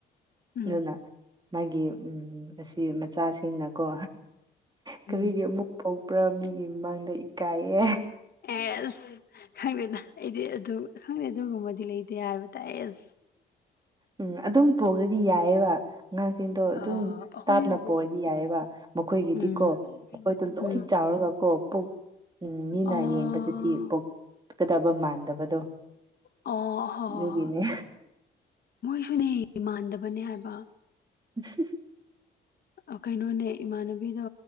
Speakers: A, on the left; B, on the right.
A: ꯎꯝ
B: ꯑꯗꯨꯅ ꯃꯥꯒꯤ ꯎꯝ ꯑꯁꯤ ꯃꯆꯥꯁꯤꯡꯅꯀꯣ ꯀꯔꯤꯒꯤ
A: ꯎꯝ
B: ꯑꯃꯨꯛ ꯄꯣꯛꯄ꯭ꯔꯥ ꯃꯤꯒꯤ ꯃꯥꯡꯗ ꯏꯀꯥꯢꯌꯦ
A: ꯑꯦꯁ ꯈꯪꯗꯦꯗ ꯑꯩꯗꯤ ꯑꯗꯨ ꯈꯪꯗꯦ ꯑꯗꯨꯒꯨꯝꯕꯗꯤ ꯂꯩꯇꯦ ꯍꯥꯢꯕ ꯇꯥꯢ ꯑꯁ
B: ꯎꯝ ꯑꯗꯨꯝ ꯄꯣꯛꯔꯗꯤ ꯌꯥꯢꯌꯦꯕ ꯑꯉꯥꯡꯁꯤꯡꯗꯣ ꯑꯗꯨꯝ
A: ꯑ ꯑꯩꯈꯣꯏꯅꯕꯨ
B: ꯇꯞꯅ ꯄꯣꯛꯑꯗꯤ ꯌꯥꯢꯌꯦꯕ ꯃꯈꯣꯢꯒꯤꯗꯤꯀꯣ
A: ꯎꯝ
B: ꯃꯈꯣꯢꯗꯣ ꯂꯣꯢ
A: ꯎꯝ
B: ꯆꯥꯎꯔꯒ ꯀꯣ ꯄꯨꯛ ꯎꯝ ꯃꯤꯅ
A: ꯑꯣ
B: ꯌꯦꯡꯕꯗꯗꯤ ꯄꯣꯛꯀꯗꯕ ꯃꯥꯟꯗꯕꯗꯣ
A: ꯑꯣ ꯍꯣ ꯍꯣꯢ ꯍꯣꯢ
B: ꯑꯗꯨꯒꯤꯅꯦ
A: ꯃꯣꯢꯁꯨꯅꯦ ꯃꯥꯟꯗꯕꯅꯦ ꯍꯥꯢꯕ
B: ꯎꯝ ꯍꯨꯡꯁ
A: ꯑꯥ ꯀꯩꯅꯣꯅꯦ ꯏꯃꯥꯟꯅꯕꯤꯗꯣ